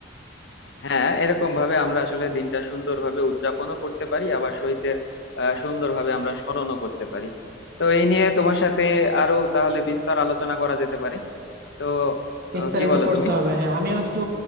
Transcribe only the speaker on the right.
বিস্তারিত
করতে
হবে হ্যাঁ আমিও একটু